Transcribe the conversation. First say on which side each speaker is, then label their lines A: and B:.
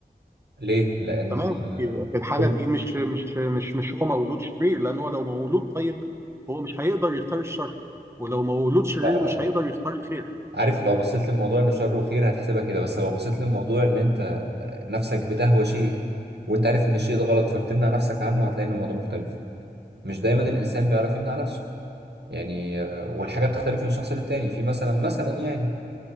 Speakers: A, on the right; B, on the right.
A: ليه؟ لان
B: تمام في في الحاله
A: كل
B: دي مش مش مش مش هو مولود شرير لان هو لو مولود طيب هو مش هيقدر يختار الشر ولو مولود شرير
A: لا
B: مش هيقدر يختار الخير
A: عارف لو بصيت للموضوع انه شر وخير هتحسبها كده بس لو بصيت للموضوع ان انت نفسك بتهوى شيء وانت عارف ان الشيء ده غلط فبتمنع نفسك عنه هتلاقي ان الموضوع مختلف مش دايما الانسان بيعرف يمنع نفسه يعني آه، والحاجات بتختلف من شخص للتاني في مثلا مثلا يعني